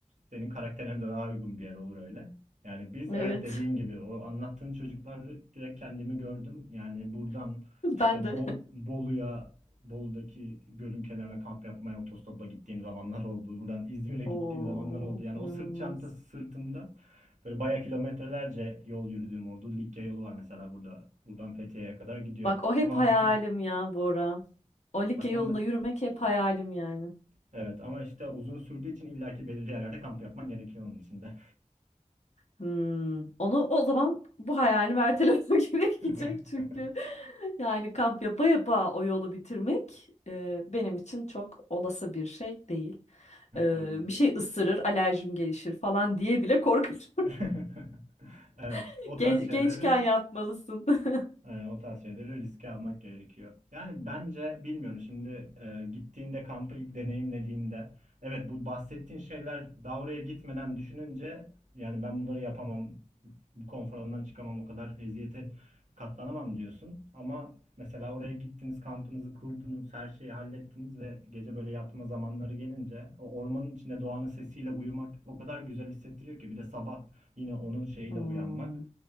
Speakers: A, on the right (about 70°); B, on the left (about 60°).
A: senin karakterine de daha uygun bir yer olur öyle. Yani biz evet
B: Evet,
A: dediğin gibi o anlattığın çocukları direkt kendimi gördüm. Yani buradan
B: <laughs>
A: işte
B: ben de.
A: Bol, Bolu'ya, Bolu'daki gölün kenarına kamp yapmaya otostopla gittiğim zamanlar oldu. Buradan İzmir'e
B: Oo,
A: gittiğim zamanlar oldu. Yani
B: inanılmaz.
A: o sırt çantası sırtında Böyle bayağı kilometrelerce yol yürüdüğüm oldu. Likya yolu var mesela burada. Buradan Fethiye'ye kadar gidiyor.
B: Bak o hep
A: Tamam.
B: hayalim ya Bora. O like
A: <laughs> Bak
B: yolunda
A: on
B: yürümek hep hayalim yani.
A: Evet ama işte uzun sürdüğü için illaki belirli yerlerde kamp yapman gerekiyor onun içinde.
B: Hmm, Onu o zaman bu hayalini ertelemek <laughs> gerekecek
A: <laughs>
B: çünkü <laughs> yani kamp yapa yapa o yolu bitirmek e, benim için çok olası bir şey değil. E,
A: Anlıyorum.
B: bir şey ısırır, alerjim gelişir falan diye bile korkarım.
A: <laughs> Evet,
B: <laughs>
A: o tarz
B: Gen-
A: şeyleri
B: gençken yapmalısın. <laughs>
A: e, o tarz şeyleri riske almak gerekiyor. Yani bence bilmiyorum şimdi e, gittiğinde kampı ilk deneyimlediğinde evet bu bahsettiğin şeyler daha oraya gitmeden düşününce yani ben bunları yapamam konfor alanından çıkamam, o kadar eziyete katlanamam diyorsun. Ama mesela oraya gittiniz, kampınızı kurdunuz, her şeyi hallettiniz ve gece böyle yatma zamanları gelince o ormanın içinde doğanın sesiyle uyumak o kadar güzel hissettiriyor ki bir de sabah yine onun şeyiyle
B: Hmm,
A: uyanmak.